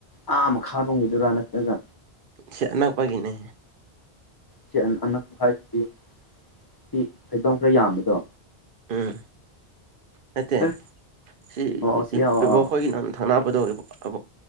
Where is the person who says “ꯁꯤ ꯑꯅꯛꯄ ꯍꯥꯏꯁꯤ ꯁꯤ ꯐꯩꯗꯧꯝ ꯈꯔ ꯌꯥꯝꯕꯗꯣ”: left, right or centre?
Left